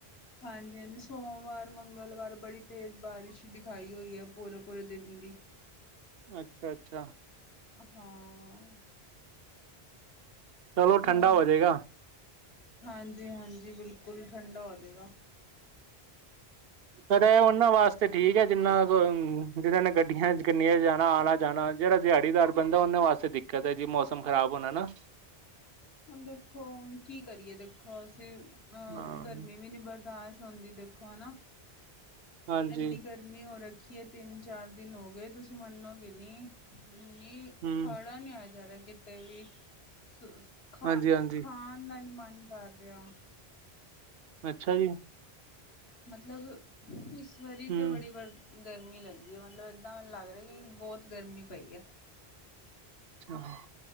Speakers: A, on the left; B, on the right.
A: ਹਾਂਜੀ-ਹਾਂਜੀ ਸੋਮਵਾਰ, ਮੰਗਲਵਾਰ ਬੜੀ ਤੇਜ਼ ਬਾਰਿਸ਼ ਦਿਖਾਈ ਹੋਈ ਏ ਪੂਰੇ-ਪੂਰੇ ਦਿਨ ਦੀ।
B: ਅੱਛਾ-ਅੱਛਾ।
A: ਹਾਂ।
B: ਚਲੋ ਠੰਡਾ
A: ਹੋਰ,
B: ਹੋ ਜਾਏਗਾ
A: ਹਾਂਜੀ-ਹਾਂਜੀ ਬਿਲਕੁਲ ਠੰਡਾ ਹੋਜੇਗਾ। <inaudible>
B: ਤਦੇ ਓਨਾਂ ਵਾਸਤੇ ਠੀਕ ਐ ਜਿੰਨਾ ਕੋ ਜਿਨਾਂ ਨੇ ਗੱਡੀਆਂ ਕਿੰਨੇ ਜਾਣਾ -ਆਣਾ -ਜਾਣਾ। ਜੇੜਾ ਦਿਆੜੀਦਾਰ ਬੰਦਾ ਓਨਾਂ ਵਾਸਤੇ ਦਿੱਕਤ ਐ ਜੀ ਮੌਸਮ ਖਰਾਬ ਹੋਣਾ ਨਾ।
A: ਹੁਨ ਦੇਖੋ ਹੁਨ ਕੀ ਕਰੀਏ ਦੇਖੋ ਅਸੀ
B: ਹਾਂ
A: ਗਰਮੀ ਵੀ ਨੀ ਬਰਦਾਸ਼ਤ ਹੁੰਦੀ ਦੇਖੋ ਖਾਨਾ
B: ਹਾਂਜੀ
A: ਏਨੀ ਗਰ ਮੀ ਹੋ ਰੱਖੀ ਏ ਤਿੰਨ ਚਾਰ ਦਿਨ ਹੋ ਗਏ ਤੁਸੀ ਮੰਨੋਗੇ ਨੀ ਬਿੰਨੀ। ਓ
B: ਹਮ
A: ਖੜਾ ਨੀ ਹੋਇਆ ਜਾ ਰਿਆ ਕਿਤੇ ਵੀ ਸੁਸ ਖਾਨ
B: ਹਾਂਜੀ ਹਾਂਜੀ
A: ਖਾਨ ਦਾ ਨੀ ਮਨ ਕਰ ਰਿਆ।
B: ਅੱਛਾ ਜੀ।
A: ਮਤਲਬ ਇਸ ਵਾਰੀ
B: ਹਮ
A: ਤਾ ਬੜੀ ਵਰ ਗਰਮੀ ਲੱਗੀ ਮਲਬ ਏਦਾਂ ਲੱਗ ਰੇਆ ਕਿ ਬੌਤ ਗਰਮੀ ਪਈ ਆ।
B: ਆਹ